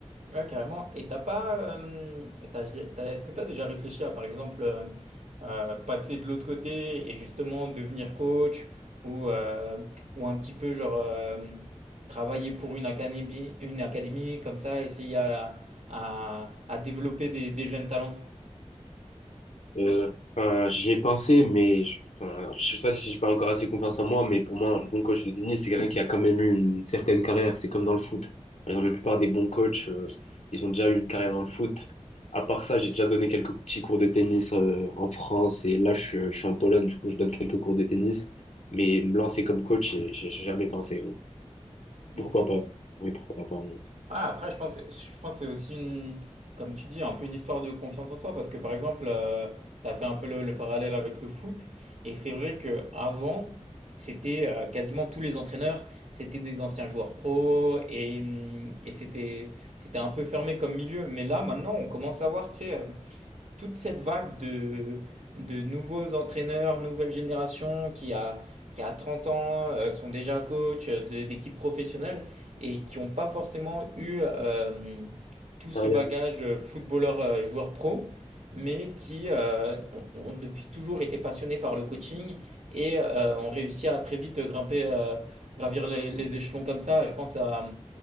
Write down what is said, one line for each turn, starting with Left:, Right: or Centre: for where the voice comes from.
Right: Ouais, carrément. Et t'as pas, euh, et t'as- t'as- est-ce que tu as déjà réfléchi à, par exemple, euh, euh, passer de l'autre côté et justement devenir coach ou, euh, ou un petit peu genre euh, travailler pour une académie, une académie comme ça, essayer à, à, à développer des, des jeunes talents?
Left: Euh, enfin, j'y ai pensé, mais je, enfin, je sais pas si j'ai pas encore assez confiance en moi, mais pour moi, un bon coach de tennis, c'est quelqu'un qui a quand même eu une certaine carrière. C'est comme dans le foot. Par exemple, la plupart des bons coachs, euh, ils ont déjà eu une carrière dans le foot. À part ça, j'ai déjà donné quelques petits cours de tennis, euh, en France et là, je, je suis en Pologne, du coup, je donne quelques cours de tennis. Mais me lancer comme coach, j'ai j'ai jamais pensé.
Right: Ok.
Left: Pourquoi pas? Mais pourquoi pas, non.
Right: Ouais, après, je pense, je pense que c'est aussi une, comme tu dis, un peu une histoire de confiance en soi, parce que par exemple, tu as fait un peu le, le parallèle avec le foot, et c'est vrai que avant, c'était euh, quasiment tous les entraîneurs, c'était des anciens joueurs pro, et, hum, et c'était, c'était un peu fermé comme milieu. Mais là, maintenant, on commence à voir, tu sais, euh, toute cette vague de, de nouveaux entraîneurs, nouvelle génération qui a, qui a 30 ans, euh, sont déjà coach euh, d'équipes professionnelles et qui n'ont pas forcément eu euh, tout ce
Left: Carrière.
Right: bagage euh, footballeur, euh, joueur pro, mais qui euh, ont, ont depuis toujours été passionnés par le coaching et euh, ont réussi à très vite grimper, euh, gravir les, les échelons comme ça. Je pense à